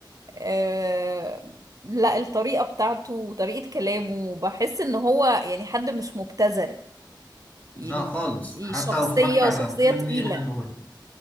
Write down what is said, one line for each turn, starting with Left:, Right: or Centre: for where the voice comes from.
Right: أه... لا الطريقة بتاعته وطريقة كلامه بحس ان هو يعني حد مش مبتذل
Left: لا
Right: يعني
Left: خالص حتى
Right: شخصية
Left: لو اتفرجت على
Right: شخصية
Left: الافلام
Right: تقيلة
Left: دي حلوة برضه